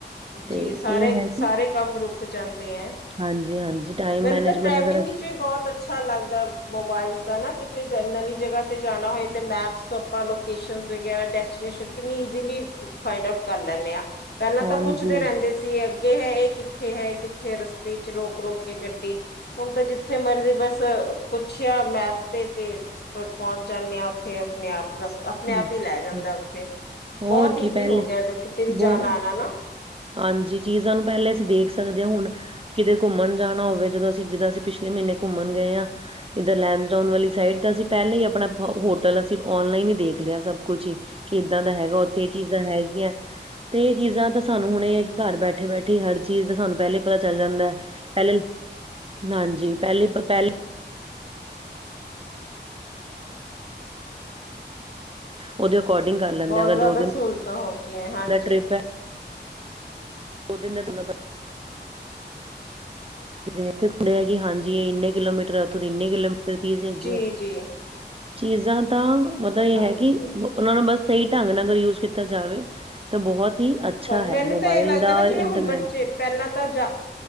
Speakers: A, on the right; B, on the left.
A: ਤੇ
B: ਜੀ ਸਾਰੇ
A: ਇਹ ਹੈ
B: ਸਾਰੇ
A: ਕਿ
B: ਕੰਮ ਰੁਕ ਜਾਂਦੇ ਹੈ।
A: ਹਾਂਜੀ-ਹਾਂਜੀ ਟਾਈਮ
B: ਮੈਨੂੰ
A: ਮੈਨੇਜਮੈਂਟ
B: ਤਾਂ ਟ੍ਰੈਵਲਿੰਗ
A: ਅਗਰ ਅਸੀਂ-
B: ਵਿੱਚ ਵੀ ਬਹੁਤ ਅ ਅੱਛਾ ਲੱਗਦਾ ਮੋਬਾਇਲਜ ਦਾ ਨਾ ਕਿਤੇ ਨਵੀਂ ਜਗ੍ਹਾ ਤੇ ਜਾਣਾ ਹੋਏ ਤੇ ਮੈਪਸ ਆਪਾ ਲੋਕੇਸ਼ਨ ਵਗੈਰਾ ਡੈਸਟੀਨੇਸ਼ਨ ਕਿੰਨੀ ਈਜੀਲੀ ਫਾਈਡ ਆਊਟ ਕਰ ਲੈਦੇ ਆ ਪਹਿਲਾਂ ਤਾਂ
A: ਹਾਂਜੀ
B: ਪੁੱਛਦੇ ਰਹਿੰਦੇ ਸੀ ਅੱਗੇ ਹੈ, ਇਹ ਕਿੱਥੇ ਹੈ, ਇਹ ਕਿੱਥੇ ਰਸਤੇ ਚ ਰੋਕ ਰੋਕ ਕੇ ਗੱਡੀ। ਹੁਣ ਤਾਂ ਜਿੱਥੇ ਮਰਜ਼ੀ ਬਸ ਪੁੱਛਿਆ ਮੈਪ ਤੇ ਤੇ ਪਹੁੰਚ ਜਾਂਦੇ ਹਾਂ ਉੱਥੇ ਆਪਣੇ ਆਪ ਰਸਤਾ ਆਪਣੇ
A: ਹਮ,
B: ਆਪ ਹੀ, ਲੈ ਜਾਂਦਾ
A: ਹਮ,
B: ਉੱਥੇ
A: ਹੋਰ
B: ਬਹੁਤ ਈਜ਼ੀ
A: ਕੀ ਪਹਿਲੇ
B: ਹੋ ਗਿਆ ਕਿਤੇ ਵੀ
A: ਬਹੁ
B: ਜਾਣਾ ਆਣਾ ਨਾ
A: ਹਾਂਜੀ ਚੀਜ਼ਾਂ ਨੂੰ ਪਹਿਲੇ ਅਸੀਂ ਦੇਖ ਸਕਦੇ ਹਾਂ ਹੁਣ ਕਿਤੇ ਘੁੰਮਣ ਜਾਣਾ ਹੋਵੇ ਜਦੋਂ ਅਸੀਂ ਜਿੱਦਾਂ ਅਸੀਂ ਪਿਛਲੇ ਮਹੀਨੇ ਘੁੰਮਣ ਗਏ ਹਾਂ ਇੱਧਰ ਲੈਂਡਹੋਨ ਵਾਲੀ ਸਾਈਡ ਤਾਂ ਅਸੀਂ ਪਹਿਲਾਂ ਹੀ ਆਪਣਾ ਹੋਟਲ ਅਸੀਂ ਔਨਲਾਈਨ ਹੀ ਦੇਖ ਦੇਖਲਿਆਂ ਸਭ ਕੁਛ ਹੀ ਕਿੱਦਾਂ ਦਾਂ ਹੈਂਗਾ ਉੱਥੇ ਇਹ ਚੀਜ਼ਾਂ ਹੈਗੀਆਂ ਤੇ ਇਹ ਚੀਜ਼ਾਂ ਤਾਂ ਸਾਨੂੰ ਹੁਣ ਇਹ ਹੈ ਕਿ ਘਰ ਬੈਠੇ ਬੈਠੇ ਹਰ ਚੀਜ਼ ਦਾ ਸਾਨੂੰ ਪਹਿਲੇ ਪਤਾ ਚੱਲ ਜਾਂਦਾ ਪਹਿਲੇ ਹਾਂਜੀ ਪਹਿਲੀ ਪਹਿਲੇ ਉਹਦੇ ਅਕੋਰਡਿੰਗ ਕਰ ਲੈਂਦਾ
B: ਬਹੁਤ
A: ਅਗਰ
B: ਜ਼ਿਆਦਾ
A: ਦੋ ਦਿਨ
B: ਸਹੂਲਤਾਂ ਹੋ, ਗਈਆਂ ਹਾਂਜੀ।
A: ਦਾ ਟ੍ਰਿਪ ਹੈ ਦੋ ਤਿੰਨ ਦਿਨ ਇਥੇ ਹੁੰਦੇ ਆ ਹੈ, ਕਿ ਹਾਂਜੀ ਇਹ ਇੰਨੇ ਕਿਲੋਮੀਟਰ ਹੈ, ਉੱਥੋਂ ਦੀ ਇੰਨੇ ਕਿਲੋਮੀਟਰ ਚੀਜ਼ ਹੈਗੀ
B: ਜੀ
A: ਹੈ।
B: ਜੀ
A: ਚੀਜ਼ਾਂ ਤਾਂ ਮਤਲਬ ਇਹ
B: ਹਾਂਜੀ
A: ਹੈ ਕਿ ਉਹਨਾਂ ਨੂੰ ਬਸ ਸਹੀਂ ਢੰਗ ਨਾਲ ਅਗਰ ਯੂਜ ਕੀਤਾ ਜਾਵੇ। ਤਾਂ ਬਹੁਤ ਹੀ ਅੱਛਾ ਹੈ
B: ਮੈਨੂੰ
A: ਮੋਬਾਈਲ
B: ਤਾਂ ਇਹ ਲੱਗਦਾ
A: ਦਾ
B: ਨਾ ਜਿਵੇਂ
A: ਇੰਟਰਨੈਟ।
B: ਹੁਣ ਬੱਚੇ ਪਹਿਲਾਂ ਤਾਂ ਜਾਂ